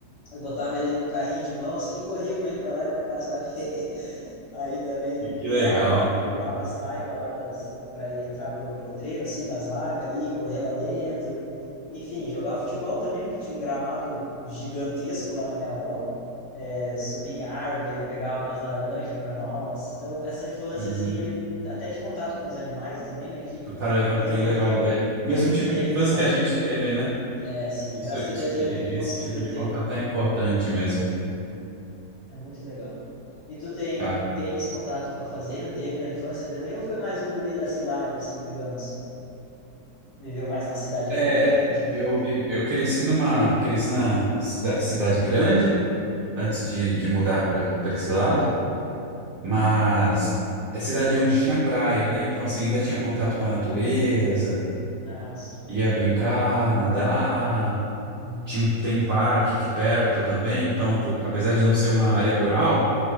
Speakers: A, on the left; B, on the right.
A: eu botava ele no carrinho de mão assim e corria com ele para lá e para cá, sabe? <laughs> Aí também
B: E que
A: pulava,
B: legal.
A: pulava as taipas lá das para entrar pro potreiro assim das vacas ali, correr lá dentro. Enfim, jogar futebol também, porque tinha um gramado gigantesco lá na minha avó. É, subia em árvore, ele pegava umas laranjas para nós. Então, essa infância
B: Uhum.
A: assim, ele até de contato com os animais também, né? Enfim,
B: Tu tá leva
A: ele
B: tem levado ele. Mesmo
A: ele
B: tipo
A: teve,
B: de infância
A: sabe?
B: que a gente teve, né?
A: É, assim,
B: Isso,
A: graças
B: isso,
A: a Deus
B: e-
A: ele, ele conseguiu
B: e- esse tipo de
A: ter
B: contato é importante mesmo.
A: É muito legal. E tu tem,
B: Tá.
A: tem esse contato com a fazenda? Teve na infância também? Ou foi mais um guri da cidade, assim, digamos? Viveu mais na cidade
B: É,
A: grande, enfim.
B: eu, vi- eu cresci numa, cresci na cida- cidade grande,
A: Uhum.
B: antes de, de mudar para esse lado, mas é cidade onde tinha praia, né? Então, assim, ainda tinha contato com a natureza,
A: Ah, sim.
B: ia brincar, nadar,
A: Uhum.
B: tinha um,
A: <laughs>
B: tem um parque aqui perto também, então, por, apesar de não ser uma área rural,